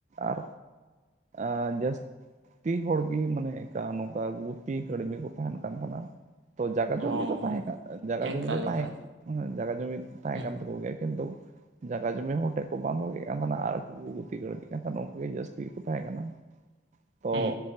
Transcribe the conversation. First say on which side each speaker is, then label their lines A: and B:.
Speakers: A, on the right (about 40°); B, on the right (about 80°).
A: ᱟᱨ ᱟᱸ ᱡᱟᱹᱥᱛᱤ ᱦᱚᱲᱜᱤ ᱢᱟᱱᱮ ᱮᱠᱟ ᱱᱚᱝᱠᱟ ᱜᱩᱛᱤ ᱠᱟᱹᱲᱢᱤ ᱠᱚ ᱛᱟᱦᱮᱱ ᱠᱟᱱ ᱛᱟᱦᱮᱱᱟ ᱛᱚ ᱡᱟᱜᱜᱟ ᱡᱩᱢᱤ
B: ᱚ
A: ᱫᱚ
B: ᱦᱚᱸ
A: ᱛᱟᱦᱮᱸ ᱠᱟᱱᱟ ᱡᱟᱜᱜᱟ
B: ᱮᱠᱟᱞ
A: ᱡᱩᱚᱢᱤ ᱫᱚ ᱛᱟᱦᱮᱸ
B: ᱮᱠᱟᱞ
A: ᱠᱟᱱᱟ ᱡᱟᱭᱜᱟ ᱡᱩᱢᱤ ᱛᱟᱦᱮᱸ
B: ᱦᱩᱸ
A: ᱠᱟᱱ ᱛᱟᱠᱩ ᱜᱮᱭᱟ ᱠᱤᱱᱛᱩ ᱡᱟᱭᱜᱟ ᱡᱚᱢᱤ ᱦᱚᱲ ᱴᱷᱮᱱ ᱠᱚ ᱵᱚᱱᱫᱷᱠᱮᱫ ᱠᱟᱱ ᱛᱟᱦᱮᱱᱟ ᱟᱨ ᱩᱱᱠᱩ ᱠᱚ ᱜᱩᱛᱤ ᱠᱟ. ᱲᱢᱤᱜ ᱠᱟᱱ ᱛᱟᱦᱮᱱᱟ ᱩᱱᱠᱩ ᱜᱮ ᱡᱟᱹᱥᱛᱤ ᱜᱮᱠᱩ ᱛᱟᱦᱮᱸ ᱠᱟᱱᱟ᱾
B: <unintelligible>
A: ᱛᱚ
B: ᱦᱩᱸ